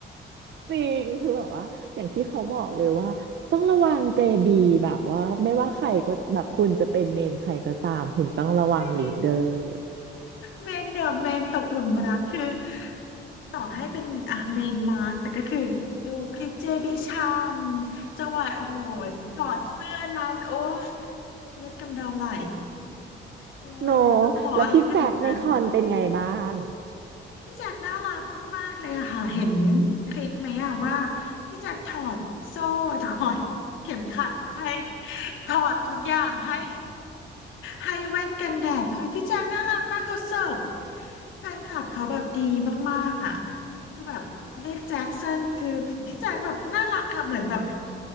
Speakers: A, on the right (about 65°); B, on the left (about 80°).
A: จริงคือแบบว่าอย่างที่เขาบอกเลยว่าต้องระวังเจบีแบบว่าไม่ว่าใครก็แบบคุณจะเป็นเมนใครก็ตามคุณต้องระวังลีดเดอร์
B: จริง
A: <laughs>
B: เมนเดอะเมนตกหลุมรักคือต่อให้เป็นอ่ะเมนมาร์กแต่ก็คือดูคลิปเจบิชามจังหวะโอ้โหถอดเสื้อนั้นโอ้ยเลือดกำเดาไหลโอ้ยหล่ออะไรขนาดนั้น
A: โนแล้วพี่แจ็คในคอนเป็นไงบ้าง
B: พี่แจ็คน่ารักมากๆเลยอะค่ะเห็นคลิปไหมอะว่าพี่แจ็คถอดโซ่ถอดเข็มขัดให้ถอดทุกอย่างให้ให้แว่นกันแดดคือพี่แจ็คน่ารักมากเขาเสิร์ฟแฟนคลับเขาแบบดีมากๆอะคือแบบเรียกแจ็คสันคือพี่แจ็คแบบน่ารักค่ะเหมือนแบบ